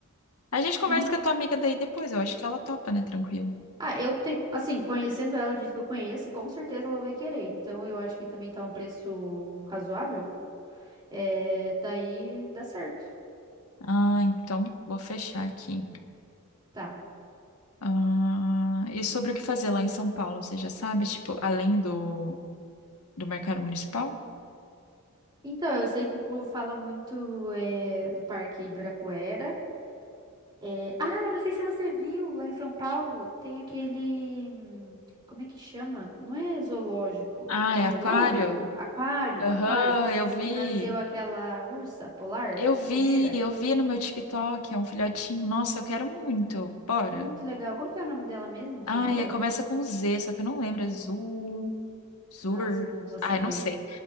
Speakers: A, on the left; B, on the right.
A: A gente conversa
B: Uhum.
A: com a tua amiga daí depois, eu acho que ela topa, né? Tranquilo.
B: Ah, eu tenho, assim, conhecendo ela do jeito que eu conheço, com certeza ela vai querer. Então eu acho que também tá um preço razoável. É, daí dá certo.
A: Ah, então vou fechar aqui.
B: Tá.
A: Ah, e sobre o que fazer lá em São Paulo, você já sabe? Tipo, além do, do mercado municipal?
B: Então, eu sei que o povo fala muito é, do Parque Ibirapuera. É, Ah, não sei se você viu lá em São Paulo, tem aquele. hum, Como é que chama? Não é zoológico.
A: Ah,
B: É
A: é
B: zoológico?
A: aquário?
B: Aquário,
A: Aham,
B: aquário.
A: eu vi.
B: Que nasceu aquela ursa polar,
A: Eu vi,
B: primeira.
A: eu vi no meu TikTok, é um filhotinho. Nossa, eu quero muito. Bora.
B: Muito legal. Como que é o nome dela mesmo?
A: Ai,
B: Você lembra?
A: é- começa com Z, só que eu não lembro. É Zul, Zur.
B: Nossa, eu não vou saber.
A: Ah, eu não sei.